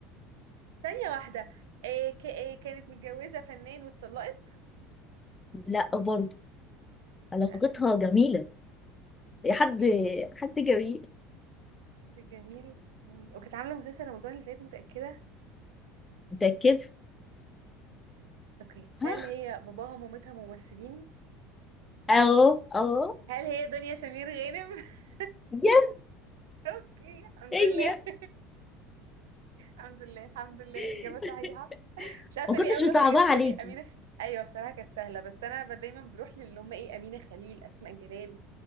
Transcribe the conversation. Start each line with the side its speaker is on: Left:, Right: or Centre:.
Right: ثانية واحدة إيه ك... إيه كانت متجوزة فنان واتطلقت
Left: لا برضه
Right: ايه
Left: علاقتها
Right: ده انا ليه
Left: جميله يا حد
Right: ايه
Left: حد جميل
Right: حد جميل وكانت عاملة مسلسل رمضان اللي فات متأكدة
Left: متاكد
Right: اوكي هل
Left: ها
Right: هي باباها ومامتها ممثلين
Left: اه اه
Right: هل هي دنيا سمير غانم <laughs>
Left: يس
Right: اوكي الحمد
Left: هي
Right: لله <laughs> الحمد لله الحمد لله
Left: <laughs>
Right: إجابة صحيحة مش عارفه
Left: ما كنتش
Right: ليه اول
Left: مصعباها
Right: واحده جت في
Left: عليكي
Right: بالي امينه خليل ايوه بصراحه كانت سهله بس انا ب- دايما بروح للي هم ايه امينه خليل اسماء جلال